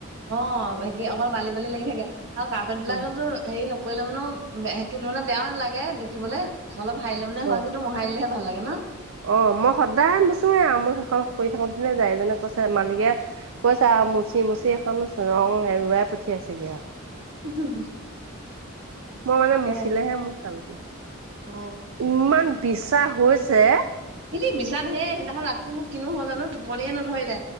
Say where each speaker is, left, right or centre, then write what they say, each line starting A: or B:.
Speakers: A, on the right; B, on the right.
A: অ বাকি অকল বালি বালি লাগি থাকে। আৰু কাৰ্পেণ্ট বিলাকটো
B: উম
A: হেৰি নকৰিলে মানেও কি মানে বেয়াও নালাগে দেখিবলে অলপ সাৰিলে মানে হয়
B: অ
A: কিন্তু মোহাৰিলেহে ভাল লাগে ন
B: অ মই সদায় মোচোৱে আৰু মোৰ সেইখন শুই থাকোতে যায়, এইজনে কৈছে মালিকে কৈছে আও মচি মচি এখন ৰং এৰুৱাই পঠিয়াইছেগৈ আও।
A: <inaudible>
B: মই মানে
A: তাকে।
B: মুচিলেহে মোক ভাল লাগে।
A: অ',
B: ইমান বিশ্বা হৈছে।
A: এই বিশ্বা ধেই, সেইদিনাখন ৰাতি মোক কিনো হল জানো টোপনিয়ে নধৰিলে।